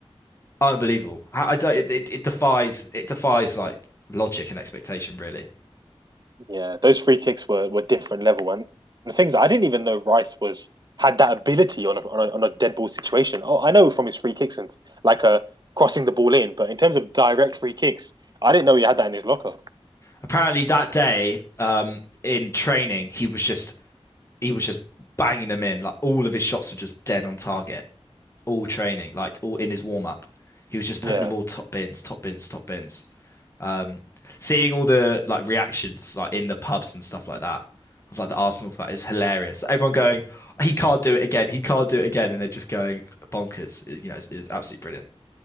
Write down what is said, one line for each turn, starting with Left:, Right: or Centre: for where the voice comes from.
Left: unbelievable. How- I don't. It, it, it defies it defies like logic and expectation, really.
Right: Yeah, those free kicks were were different level, and the things I didn't even know Rice was had that ability on a, on a on a dead ball situation. Oh, I know from his free kicks and like a uh crossing the ball in, but in terms of direct free kicks, I didn't know he had that in his locker.
Left: Apparently, that day, um, in training, he was just he was just banging them in. Like, all of his shots were just dead on target. All training, like all in his warm up, he was just putting
Right: Yeah,
Left: them all top bins, top bins, top bins. Um, seeing all the like reactions like in the pubs and stuff like that of like the Arsenal fan is hilarious. Everyone going, he can't do it again, he can't do it again, and they're just going bonkers. It- you know, it's, it's absolutely brilliant.